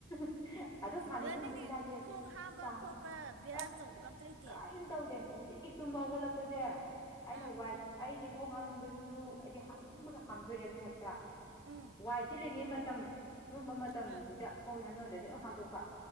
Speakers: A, on the left (about 20°); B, on the right (about 85°).
A: <inaudible>
B: ꯑꯗꯣ
A: ꯐꯤꯕꯝꯗ
B: ꯅꯪꯗꯤ
A: ꯏꯁꯥꯁꯦ
B: ꯈꯣꯡ ꯍꯥꯝꯕ
A: ꯆꯥꯡ
B: ꯈꯣꯠꯄ ꯕꯦꯔꯥ
A: ꯑꯁ
B: ꯇꯧꯕꯒ ꯑꯝꯇ ꯂꯩꯇꯦ
A: ꯀꯔꯤꯝ ꯇꯧꯗꯦ ꯅꯨꯡꯇꯤꯒꯤ ꯇꯨꯝꯕ ꯍꯧꯒꯠꯂꯛꯄꯁꯦ ꯑꯩꯅ
B: ꯑꯥ
A: ꯋꯥꯏ ꯑꯩꯗꯤ ꯈꯣꯡ ꯍꯥꯝꯅꯤꯡꯕꯖꯨꯖꯨ ꯑꯩꯗꯤ ꯍꯥꯝꯅꯤꯡꯕꯒ ꯍꯥꯝꯗꯣꯛꯑꯦꯕ ꯍꯦꯛꯇ
B: ꯎꯝ
A: ꯋꯥꯏ ꯁꯤꯜꯂꯤꯉꯩ ꯃꯇꯝ ꯁꯨꯝꯕ ꯃꯇꯝꯁꯤꯗ
B: ꯑꯥ
A: ꯈꯣꯡꯁꯦ ꯍꯥꯝꯅꯤꯡ ꯇꯗꯤ ꯑꯗꯨꯝ ꯍꯥꯝꯗꯣꯛꯄ